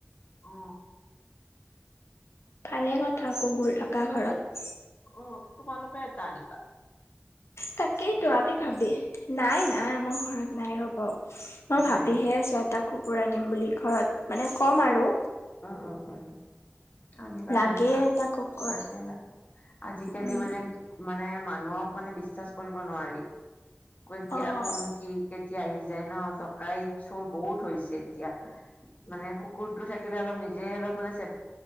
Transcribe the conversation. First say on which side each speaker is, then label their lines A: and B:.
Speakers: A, on the left (about 35°); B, on the left (about 85°).
A: অ,
B: ভালে কথা কুকুৰ থকা ঘৰত।
A: অ, তোমালোকে এটা দিবা।
B: তাকেই তো আপি ভাবি নাই নাই আমাৰ ঘৰত নাই ৰ'ব। মই
A: নাই
B: ভাবিহে
A: নেকি
B: চুৱটা কুকুৰ আনিম বুলি ঘৰত মানে ক'ম আৰু।
A: উম, উম, উম, আনিবা
B: লাগে
A: আনিবা
B: এটা কুকুৰ
A: লাগে লাগে আজিকালি
B: উম,
A: মানে মানে মানুহক মানে বিশ্বাস কৰিব নোৱাৰি এতিয়া
B: অ',
A: কোন কি কেতিয়া আহি যায় ন টকাইত চোৰ বহুত হৈছে এতিয়া মানে কুকুৰতটো থাকি অলপ নিজে অলপ মানে